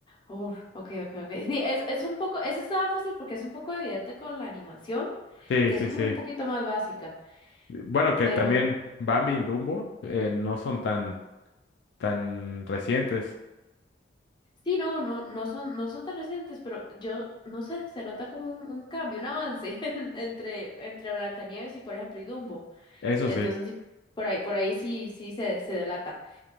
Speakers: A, on the left (about 25°); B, on the left (about 70°).
A: Oh, ok, ok, ok. Sí, es, es un poco, eso estaba fácil porque es un poco evidente con la animación,
B: Sí,
A: que
B: sí,
A: es como
B: sí.
A: un poquito más básica,
B: Bueno, que
A: pero...
B: también Bambi y Dumbo eh, no son tan, tan recientes.
A: Sí, no, no, no son, no son tan recientes, pero yo, no sé, se nota como un, un cambio, un avance <laughs> en- entre, entre Blancanieves y, por ejemplo, y Dumbo.
B: Eso
A: Entonces,
B: sí.
A: sí, por ahí, por ahí sí, sí se, se delata.